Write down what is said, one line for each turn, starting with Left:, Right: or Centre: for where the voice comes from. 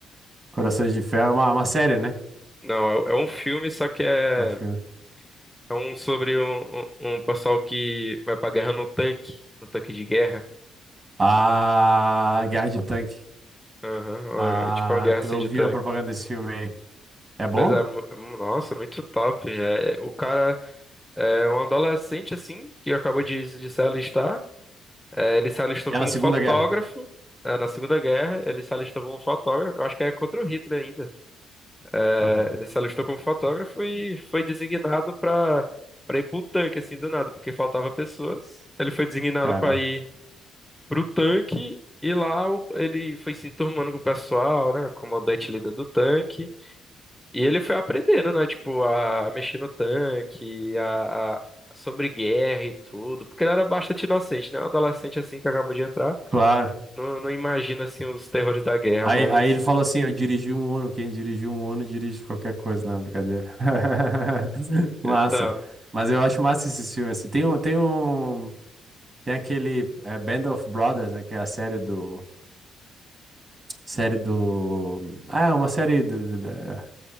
Right: Corações de Ferro é uma, uma série, né?
Centre: Não, é, é um filme, só que é,
Right: É um filme.
Centre: é um sobre um, um, um pessoal que vai pra guerra no tanque, no tanque de guerra.
Right: Ah, Guerra de Tanque.
Centre: Aham, ó,
Right: Ah,
Centre: é tipo uma guerra
Right: eu tô-
Centre: assim
Right: eu
Centre: de
Right: vi
Centre: tanque.
Right: a propaganda desse filme aí. É bom?
Centre: Pois é, mu- nossa, muito top. É, é, o cara é um adolescente, assim, que acabou de, de se alistar. É, ele se alistou
Right: É
Centre: como
Right: na Segunda
Centre: fotógrafo,
Right: Guerra.
Centre: é, na Segunda Guerra. Ele se alistou como fotógrafo. Eu acho que é contra o Hitler ainda. É,
Right: Aham.
Centre: ele se alistou como fotógrafo e foi designado para para ir pro tanque, assim, do nada, porque faltava pessoas. Ele foi designado
Right: Caraca.
Centre: para ir pro tanque. E lá o- ele foi se enturmando com o pessoal, né? Comandante líder do tanque. E ele foi aprendendo, né? Tipo, a mexer no tanque, a, a- sobre guerra e tudo. Porque ele era bastante inocente, né? Um adolescente assim que acabou de entrar.
Right: Claro.
Centre: Não, não imagina, assim, os terrores da guerra,
Right: Aí,
Centre: mas.
Right: aí ele falou assim: eu dirigi um Uno. Quem dirigiu um Uno dirige qualquer coisa. Não, brincadeira. <laughs> Massa.
Centre: Então,
Right: Mas eu acho massa esse filme, assim. Tem um, tem um, tem aquele é, Band of Brothers, né? Que é a série do, Série do. Ah, é uma série do- do- eh,